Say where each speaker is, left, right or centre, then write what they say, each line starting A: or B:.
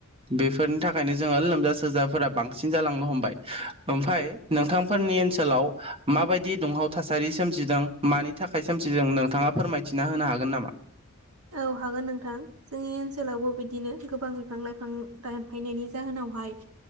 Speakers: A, on the right; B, on the right.
A: बेफोरनि थाखायनो जोङो लोमजा सोजाफोरा बांसिन जालांनो हमबाय ओमफ्राय नोंथांफोरनि ओनसोलाव माबायदि दुंहाव थासारि सोमजिदों मानि थाखाय सोमजिदों नोंथाङा फोरमायथिना होनो हागोन नामा
B: औ हागोन नोंथां जोंनि ओनसोलावबो बिदिनो गोबां बिफां लाइफां दानफायनायनि जाहोनावहाय